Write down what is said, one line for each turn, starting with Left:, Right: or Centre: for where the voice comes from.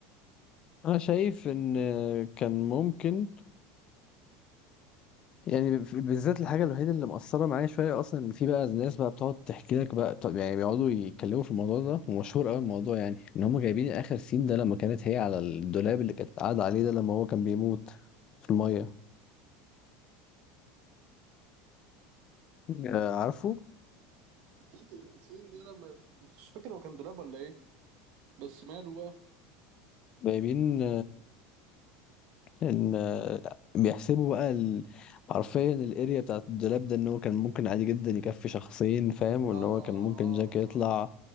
Left: انا شايف ان كان ممكن يعني ب- بالذات الحاجة الوحيدة اللي مأثرة معايا شوية أصلا إن في بقى ناس بقى بتقعد تحكي لك بقى طب يعني بيقعدوا يتكلموا في الموضوع ده ومشهور أوي الموضوع يعني إن هم جايبين آخر سين ده لما كانت هي على الدولاب اللي كانت قاعدة عليه ده لما هو كان بيموت في المية آه، عارفه
Right: كتر الصين ده انا ما- مش فاكر هو كان دولاب ولا ايه بس ماله بقى
Left: جايبين ان بيحسبوا بقى ال- حرفيا الاريا بتاعت الدولاب ده ان هو كان ممكن عادي جدا يكفي شخصين فاهم وان
Right: اه اه
Left: هو كان ممكن جاك يطلع
Right: اه